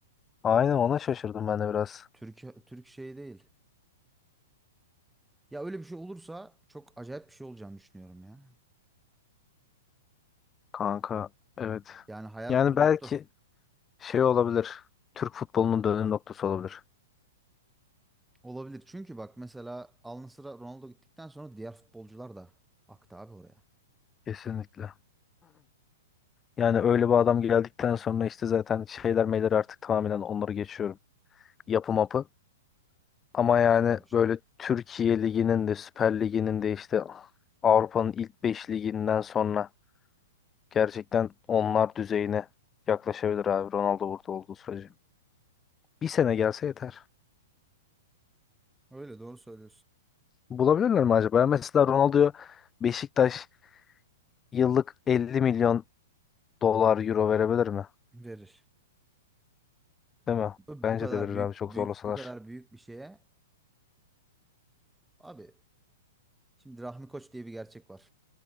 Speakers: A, on the left (about 15°); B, in the centre.
A: Aynen ona şaşırdım ben de biraz.
B: Türk, Türk şey değil. Ya öyle bir şey olursa çok acayip bir şey olacağını düşünüyorum ya.
A: Kanka evet.
B: Yani hayal
A: Yani
B: kurdurttu.
A: belki şey olabilir. Türk futbolunun dönüm noktası olabilir.
B: Olabilir. Çünkü bak mesela Al Nassr'a Ronaldo gittikten sonra diğer futbolcular da aktı abi oraya.
A: Kesinlikle. Yani öyle bir adam geldikten sonra işte zaten şeyler meyler artık tamamen onları geçiyorum. Yapı mapı. Ama
B: Geçer
A: yani
B: abi o işleri.
A: böyle Türkiye Ligi'nin de Süper Ligi'nin de işte Avrupa'nın ilk 5 liginden sonra gerçekten onlar düzeyine yaklaşabilir abi Ronaldo burada olduğu sürece. Bir sene gelse yeter.
B: Öyle doğru söylüyorsun.
A: Bulabilirler mi acaba? Mesela Ronaldo'yu Beşiktaş yıllık 50 milyon dolar, euro verebilir mi?
B: Verir.
A: Değil mi?
B: Bu
A: Bence
B: bu kadar
A: de verir
B: büyük
A: abi çok
B: büyük
A: zorlasalar.
B: bu kadar büyük bir şeye abi şimdi Rahmi Koç diye bir gerçek var.